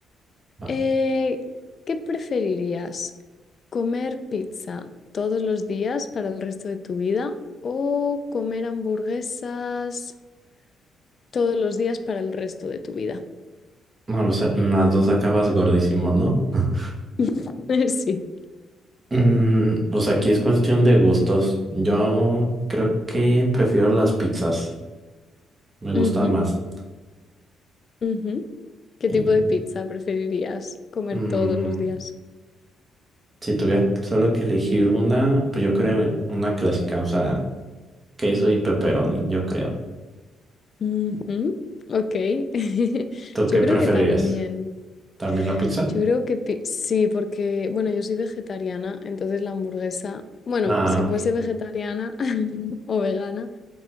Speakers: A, on the right; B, on the left.
A: Ah,
B: Eh, ¿qué preferirías? ¿Comer pizza todos los días para el resto de tu vida o comer hamburguesas todos los días para el resto de tu vida?
A: No, lo sé, las dos acabas gordísimo, ¿no? <laughs>
B: <laughs> Sí.
A: Mm, pues aquí es cuestión de gustos. Yo creo que prefiero las pizzas, me gustan
B: Ujú,
A: más.
B: ujú. ¿Qué
A: Y
B: tipo de pizza preferirías comer
A: mm,
B: todos los días?
A: si tuviera solo que elegir una, pues yo creo una clásica, o sea, queso y pepperoni, yo creo.
B: Ujú, Ok. <laughs>
A: ¿Tú
B: Yo
A: qué
B: creo
A: preferirías?
B: que también.
A: ¿También la pizza?
B: Yo creo que pi- sí, porque, bueno, yo soy vegetariana, entonces la hamburguesa, bueno,
A: Ah,
B: si fuese vegetariana <laughs> o vegana,